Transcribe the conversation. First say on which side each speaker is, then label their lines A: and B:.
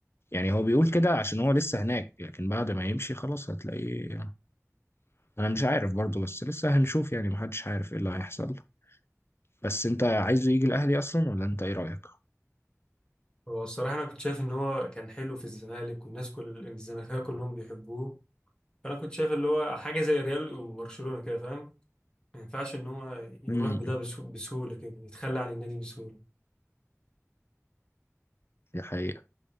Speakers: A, on the left (about 50°); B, on the left (about 15°).
A: يعني هو بيقول كده عشان هو لسه هناك لكن بعد ما يمشي خلاص هتلاقيه انا مش عارف برضه بس لسه هنشوف يعني محدش عارف ايه اللي هيحصل بس انت عايزه يجي الاهلي اصلا ولا انت ايه رايك
B: هو الصراحه انا كنت شايف ان هو كان حلو في الزمالك والناس كل الزمالكيه كلهم بيحبوه فانا كنت شايف اللي هو حاجه زي ريال وبرشلونه كده فاهم ما ينفعش ان هو يروح
A: امم
B: بده بسه- بسهوله كده يتخلى عن النادي بسهوله
A: دي حقيقة